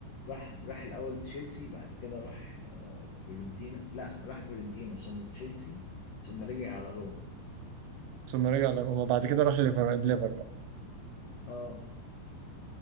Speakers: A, on the left; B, on the right.
A: راح راح الأول تشيلسي بعد كده راح آه، فيورنتينا لا راح فيورنتينا ثم تشيلسي ثم رجع على روما
B: ثم رجع لروما بعد كده راح ليفر ليفر بقى
A: اه